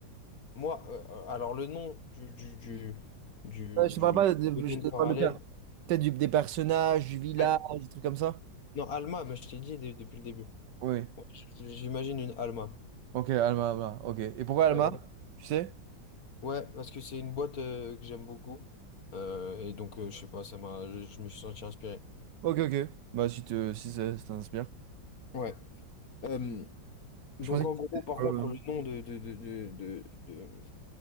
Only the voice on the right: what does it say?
Ouais, je
te parle pas, de,
je te
parle de per- peut-être du- des personnages, du village,
des trucs comme ça.
Oui.
Ok, Alma, Alma. Ok. Et pourquoi Alma?
Tu sais?
Ok, ok. Bah, si, te, si ça ça t'inspire.
Je pensais
que
c'était
ouais,
ouais.